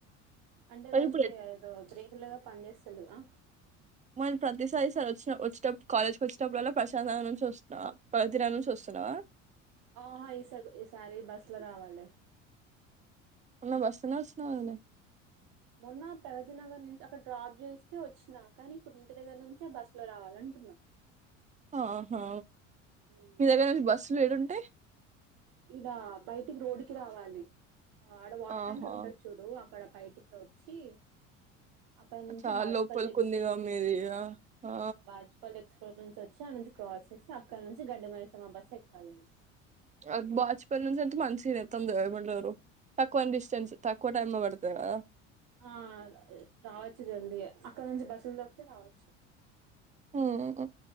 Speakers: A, on the right; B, on the right.
A: అంటే
B: మరి
A: దానికి
B: ఇప్పుడు ఎట్
A: ఏదో బ్రేకులగా పని జేస్తలేవా
B: మ ప్రతిసారి సారి వచ్చిన వచ్చేటప్పుడు కాలేజ్కి వచ్చేటప్పు వల్లా ప్రశాంతంగా నుంచి వస్తున్నావా ప్రదిన నుంచి వస్తున్నావా.
A: ఆహ్ ఈసాబ్ ఈసారి ఈ బస్లా రావాలే.
B: మొన్న బస్సులోనే వచ్చినవ్ గాదనే
A: మొన్న ప్రగతి నగర్ నున్ అక్కడ డ్రాప్ జేస్తే వచ్చినా కానీ ఇప్పుడు ఇంటి దగ్గర నుంచే బస్సు లో రావాలంటున్నా
B: ఆహా
A: మ్మ్
B: మీ దగ్గర నుంచి బస్సులు ఏడుంటై
A: ఇడా బయటికి రోడ్కి రావాలి. అడా వాటర్
B: ఆహా!
A: ట్యాంకర్ ఉండొచ్చు. చూడు అక్కడ కైటికనా వచ్చి అక్కడ నుంచి
B: చాలా
A: బాజ్పల్
B: లోపలికి
A: ఎక్స్పోర్ట్స్
B: ఉందిగా మీది.
A: కి
B: ఆ! ఆ!
A: బాచ్ ఉప్పల్ ఎక్స్ రోడ్ నుంచి వచ్చి ఆ నుంచి క్రాస్ చేసి అక్కడ నుంచి గడ్డి మైసమ్మ బస్సు ఎక్కలేం.
B: అద్ బాచ్ పెల్లి నుంచి ఎంత మంచిద్ ఎత్తాందే ఏమంటారు. తక్కువ డిస్టెన్స్ తక్కువ టైమ్ బడ్తాద్గా
A: ఆ రావచ్చు జల్దీగా అక్కడ నుంచి బస్సులు దొరికితే రావచ్చు.
B: ఉహుహ్